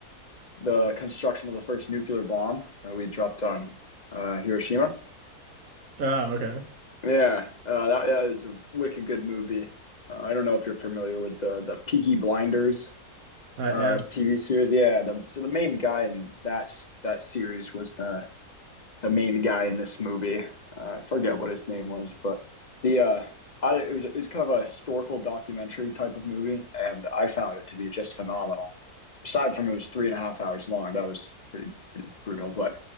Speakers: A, on the left (about 45°); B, on the right (about 65°).
A: the construction of the first nuclear bomb that we dropped on uh, Hiroshima.
B: Oh, okay.
A: Yeah, uh, that, that is a wicked good movie. Uh, I don't know if you're familiar with the the Peaky Blinders
B: I
A: uh,
B: am.
A: TV series. Yeah, the, so the main guy in that s- that series was the the main guy in this movie. Uh, I forget what his name was, but the uh, I, it was it was kind of a historical documentary type of movie, and I found it to be just phenomenal. Aside from it was three and a half hours long, that was pretty pretty brutal. But